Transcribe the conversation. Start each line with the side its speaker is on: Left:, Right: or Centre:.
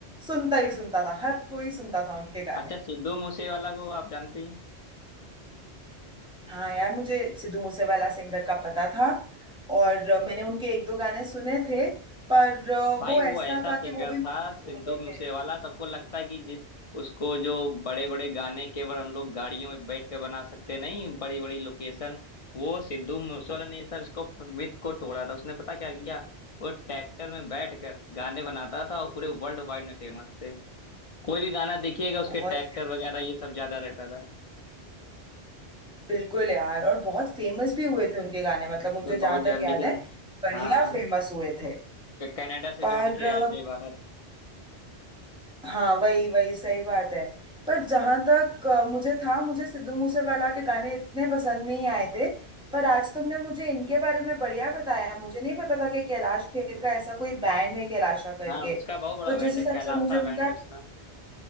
Centre: सुनता ही सुनता था हर कोई सुनता था उनके गाने
Left: अच्छा सिद्धू मूसेवाला को आप जानती हैं
Centre: हाँ यार मुझे सिद्धू मूसेवाला सिंगर का पता था और अ, मैंने उनके एक दो गाने सुने थे पर अ,
Left: भाई
Centre: वो
Left: वो
Centre: ऐसा
Left: ऐसा
Centre: था
Left: सिंगर
Centre: कि वो भी
Left: था
Centre: मेरे
Left: सिद्धू
Centre: genre
Left: मूसेवाला
Centre: में
Left: सबको लगता है कि जि- उसको जो बड़े बड़े गाने केवल हम लोग गाड़ियों में बैठ के बना सकते नहीं बड़ी बड़ी लोकेशन वो सिद्धू मूसेवाला ने ये सब इसको मिथ को तोड़ा था उसने पता क्या किया वो ट्रैक्टर में बैठ कर गाने बनाता था और पूरे वर्ल्ड वाइड में फेमस थे कोई भी गाना देखिएगा उसके
Centre: बहुत
Left: ट्रैक्टर
Centre: फेमस।
Left: वगैरह ये सब ज्यादा रहता था
Centre: बिल्कुल यार और बहुत फेमस भी हुए थे उनके गाने मतलब मुझे
Left: अरे
Centre: जहां
Left: बहुत जल्द
Centre: तक याद
Left: लेकिन
Centre: है बढ़िया
Left: हाँ हाँ,
Centre: फेमस हुए थे
Left: क- कनाडा से
Centre: पर
Left: जोड़ के आए
Centre: अ,
Left: थे भारत
Centre: हाँ वही वही सही बात है पर जहां तक अ, मुझे था मुझे सिद्धू मूसेवाला के गाने इतने पसंद नहीं आए थे पर आज तुमने मुझे इनके बारे में बढ़िया बताया मुझे नहीं पता था कि कैलाश खेर का ऐसा कोई बैंड है कैलाशा करके
Left: हाँ उसका बहुत बड़ा
Centre: तो जिस
Left: बैंड
Centre: हिसाब
Left: है कैलासा
Centre: से मुझे उनका
Left: बैंड है उसका